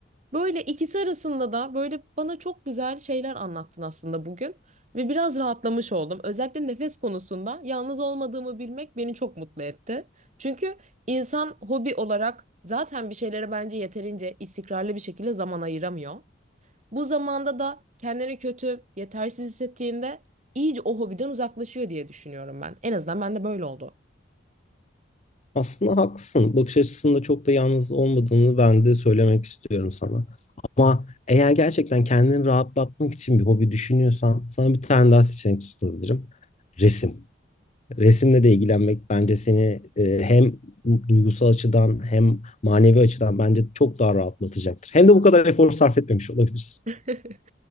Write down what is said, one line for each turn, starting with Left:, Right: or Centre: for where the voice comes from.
Right: Böyle ikisi arasında da böyle bana çok güzel şeyler anlattın aslında bugün ve biraz rahatlamış oldum. Özellikle nefes konusunda yalnız olmadığımı bilmek beni çok mutlu etti. Çünkü insan hobi olarak zaten bir şeylere bence yeterince istikrarlı bir şekilde zaman ayıramıyor. Bu zamanda da kendini kötü, yetersiz hissettiğinde iyice o hobiden uzaklaşıyor diye düşünüyorum ben. En azından bende böyle oldu.
Left: Aslında haklısın. Bakış açısında çok da yalnız olmadığını ben de söylemek istiyorum sana. Ama eğer gerçekten kendini rahatlatmak için bir hobi düşünüyorsan sana bir tane daha seçenek sunabilirim. Resim. Resimle de ilgilenmek bence seni e, hem duygusal açıdan hem manevi açıdan bence çok daha rahatlatacaktır. Hem de bu kadar efor sarf etmemiş olabilirsin.
Right: <laughs>